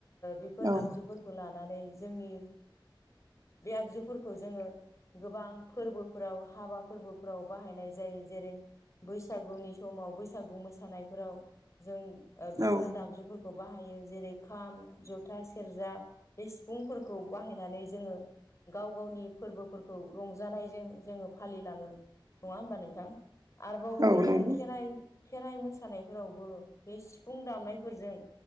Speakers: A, on the left (about 35°); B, on the right (about 45°).
A: बेफोर
B: औ
A: आगजुफोरखौ लानानै जोंनि बे आगजुफोरखौ जोङो गोबां फोरबोफोराव हाबा फोरबोफोराव बाहायनाय जायो जेरै बैसागुनि समाव बैसागु मोसानायफोराव जों बेफोरो
B: औ
A: दामजुफोरखौ खौ बाहायो जेरै खाम जथा सेरजा बे सिफुंफोरखौ बाहायनानै जोङो गाव गावनि फोरबोफोरखौ रंजानायजों जोङो फालिलाङो नङा होमबा नोंथां आरोबाव बेबायदिनो
B: औ नंगौ
A: खेराइ खेराइ मोसानायफोरावबो बे सिफुं दामनायफोरजों